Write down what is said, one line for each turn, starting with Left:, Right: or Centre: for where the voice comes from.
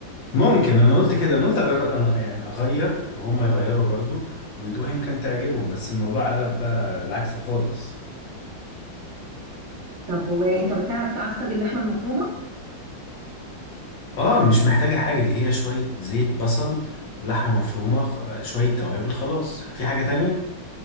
Left: ممكن أنا قلت كده أنا قلت أجرب أنا يعني أغير وهم يغيروا برضو ويدوها يمكن تعجبهم بس الموضوع قلب بقى العكس خالص
Right: طب وانت بتعرف تعصج اللحمه المفرومه
Left: اه مش محتاجة حاجة دي هي شوية زيت بصل لحمة مفرومة خ- آه، شوية توابل خلاص في حاجة تانية